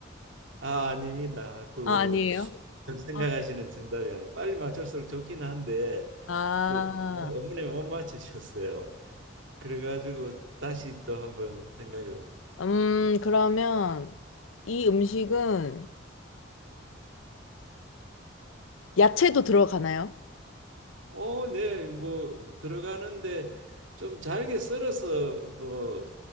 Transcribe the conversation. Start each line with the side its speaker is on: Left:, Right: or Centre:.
Right: 아 아닙니다. 그
Left: 아, 아니에요?
Right: 지금 생각하시는
Left: 아,
Right: 정답이 아니에요. 빨리 맞출수록 좋기는 한데
Left: 아.
Right: 그 너무 어머니 못 맞추셨어요. 그래가지고 다시 또 한번 생각해 보죠.
Left: 음, 그러면 이 음식은 야채도 들어가나요?
Right: 어, 네, 뭐 들어가는데 좀 잘게 썰어서 뭐